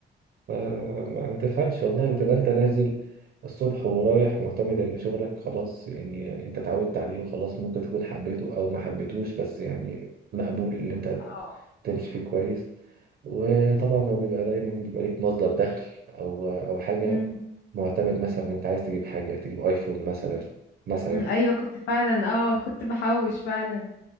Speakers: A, on the right; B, on the left.
A: ما ما ما تفهمش والله بتبقى انت نازل الصبح ورايح معتمد ان شغلك خلاص يعني انت اتعودت عليه وخلاص ممكن تكون حبيته او ما حبيتوش بس يعني مقبول ان انت
B: اه
A: تمشي فيه كويس وطبعا هو بيبقى دايما بيبقى ليك مصدر دخل او او حاجة
B: مم.
A: معتمد مثلا ان انت عايز تجيب حاجة تجيب ايفون مثلا مثلا
B: أمم، ايوه كنت فعلا اه كنت بحوش فعلا